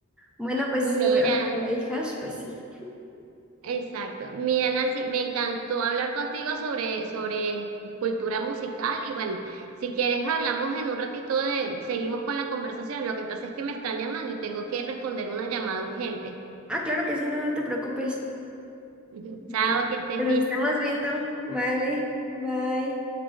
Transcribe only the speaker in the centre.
Bueno, pues
a ver, con y hijas pues sí.
Ah, claro que sí, no, no te preocupes.
Bueno,
pues
nos estamos viendo. Vale, bye.